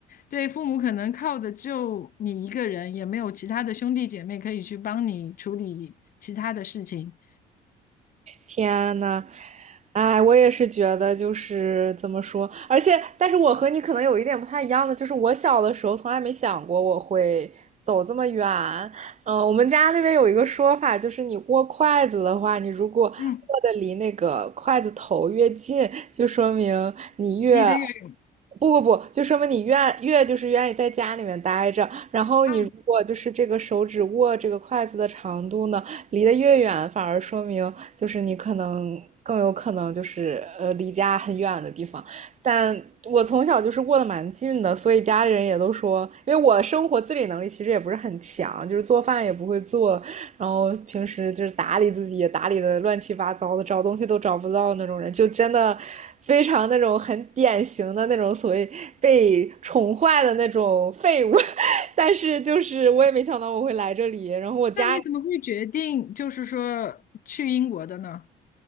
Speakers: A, on the left; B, on the right.
A: 对父母可能靠的就你一个人，也没有其他的兄弟姐妹可以去帮你处理其他的事情。
B: 天呐，哎，我也是觉得就是怎么说，而且，但是我和你可能有一点不太一样的，就是我小的时候从来没想过我会走这么远。嗯、我们家那边有一个说法，就是你握筷子的话，你如果握的离那个筷子头越近，
A: 嗯，
B: 就说明你越。
A: 离得越远
B: 不不不，就说明你愿越就是愿意在家里面待着，然后你如果就是这个手指握这个筷子的长度呢，
A: 啊，
B: 离得越远，反而说明就是你可能更有可能就是呃离家很远的地方。但我从小就是过得蛮近的，所以家里人也都说，因为我的生活自理能力其实也不是很强，就是做饭也不会做，然后平时就是打理自己也打理的乱七八糟的，找东西都找不到那种人，就真的非常那种很典型的那种所谓被宠坏的那种废物。<laughs> 但是就是我也没想到我会来这里，然后我家
A: 那你怎么会决定就是说去英国的呢？